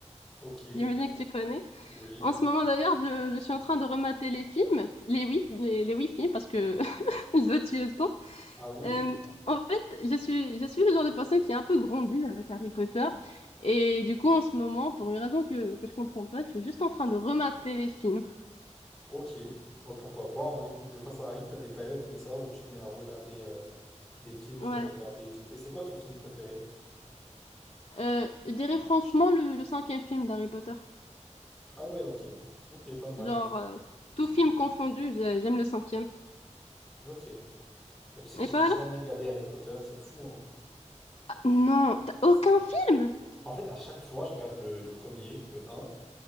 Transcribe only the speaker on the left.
J'imagine que tu connais.
En ce moment d'ailleurs, je, je suis en train de remater les films, les oui, les, les oui films parce que <laughs> je dois tuer le temps.
Euh, en fait, je suis, je suis le genre de personne qui a un peu grandi avec Harry Potter et du coup en ce moment, pour une raison que, que je comprends pas, je suis juste en train de remater les films.
Ouais,
Euh, je dirais franchement le, le cinquième film d'Harry Potter.
Genre euh, tout film confondu, j'ai- j'aime le cinquième.
Et
toi
alors?
Ah, non, t'as aucun
film?